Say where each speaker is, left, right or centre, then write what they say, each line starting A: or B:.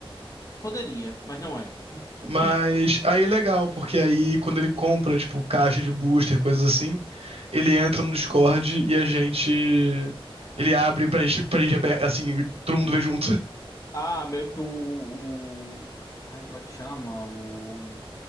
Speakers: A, on the left (about 35°); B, on the right (about 85°).
A: Poderia, mas não é. <laughs>
B: Mas aí é legal, porque aí quando ele compra, tipo, caixa de booster, coisas assim, ele entra no Discord e a gente. Ele abre pra gente, pra gente, abe- assim, todo mundo vê junto.
A: Ah, meio que o, o- Ai, como é que chama? O.